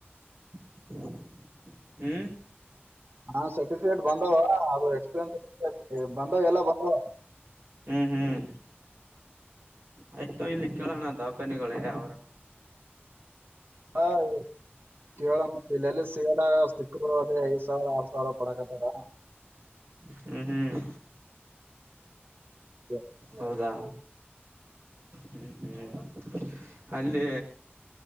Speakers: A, on the right; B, on the right.
A: <unintelligible> ಹ್ಮ
B: ಹಾ ಸರ್ಟಿಫಿಕೇಟ್ ಬಂದವ ಅದು ಎಕ್ಸ್ಪೀರಿಯನ್ಸ್ ಕೇಳ್ ಹೇ ಬಂದಾವ್ ಎಲ್ಲ ಬಂದಾವ.
A: ಹ್ಮ್ ಹ್ಮ್. ಆಯ್ತೊ ಇಲ್ಲಿ ಕೇಳಣದ್ ದವಾಖಾನಿಗುಳೆ ಯಾವ್ರ.
B: ಹಾಯ್ ಕೆಳಮ್ ಇಲ್ಲೆಲ್ಲಿ ಸಿಗರ ಸಿಕ್ಕರು ಅದೆ ಐದ್ ಸಾವ್ರ ಆರ್ ಸಾವ್ರ ಕೊಡಕತ್ತಾರ.
A: ಹ್ಮ್ ಹ್ಮ್.
B: ಎ
A: ಹೌದಾ ಹ್ಮ್ ಹ್ಮ್ ಅಲ್ಲಿ